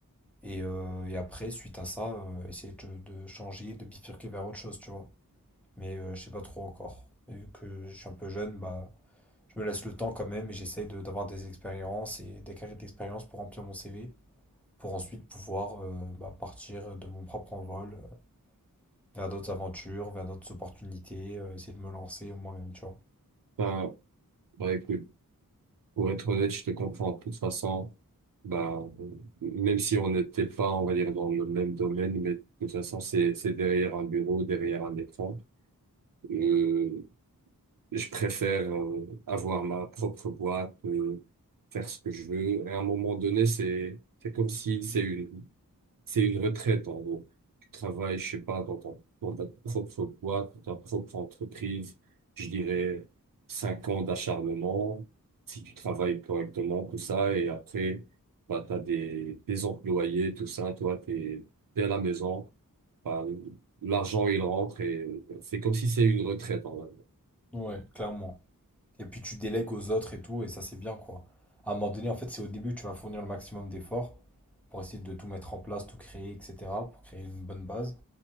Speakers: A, in the centre; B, on the right.
A: Et, euh, et après, suite à ça, euh, essayer de, de changer, de bifurquer vers autre chose, tu vois. Mais euh, je sais pas trop encore. Et vu que je suis un peu jeune, bah, je me laisse le temps quand même et j'essaye de- d'avoir des expériences et d'acquérir de l'expérience pour remplir mon CV, pour ensuite pouvoir euh, bah, partir de mon propre envol euh, vers d'autres aventures, vers d'autres opportunités, euh, essayer de me lancer moi-même, tu vois.
B: Bah, bah écoute. Pour être honnête, je te comprends. De toute façon, bah, même si on n'était pas, on va dire, dans le même domaine, mais de toute façon, c'est, c'est derrière un bureau, derrière un écran. Euh, je préfère euh, avoir ma propre boîte, euh, faire ce que je veux. Et à un moment donné, c'est, c'est comme si c'est une c'est une retraite en gros. Tu travailles, je sais pas, dans ton- dans ta propre boîte, dans ta propre entreprise, je dirais cinq ans d'acharnement, si tu travailles correctement, tout ça, et après, bah, t'as des, des employés, tout ça, toi, t'es, t'es à la maison, bah, l'argent, il rentre et c'est comme si c'est une retraite, en vrai.
A: Ouais. Clairement. Et puis tu délègues aux autres et tout, et ça c'est bien quoi. À un moment donné, en fait, c'est au début que tu vas fournir le maximum d'efforts pour essayer de tout mettre en place, tout créer, etc., pour créer une bonne base.